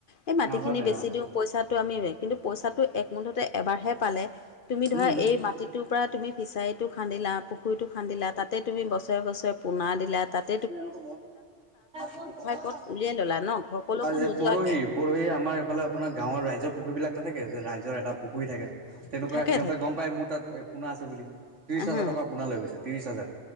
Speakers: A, on the left; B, on the right.
A: এই মাটিখিনি
B: নাভাবে
A: বেছি
B: অ
A: দিওঁ পইচাটো আমি কিন্তু পইচাটো একমুঠতে এবাৰহে পালে তুমি ধৰা
B: উম
A: এই মাটিত টোৰ পৰা তুমি ফিচাৰীটো খান্দিলা পুখুৰীটো খান্দিলা তাতে তুমি বছৰে বছৰে পোনা দিলা তাত
B: এতিয়া আ পৰহি পৰহি
A: পথ
B: আমাৰ এইফালে
A: উলিয়াই ল'লা ন ঘৰ কলৈকো
B: আপোনাৰ
A: নোযোৱাকে
B: গাঁৱৰ ৰাইজৰ পুখুৰী বিলাক নাথাকে যে ৰাইজৰ এটা পুখুৰী থাকে তেনেকুৱা
A: থাকে
B: সিহঁতে
A: থাকে
B: গম পাই মোৰ তাত পোনা আছে বুলি ত্ৰিশ হাজাৰ
A: হা
B: টকা পোনা লৈ গৈছে ত্ৰিশ হাজাৰ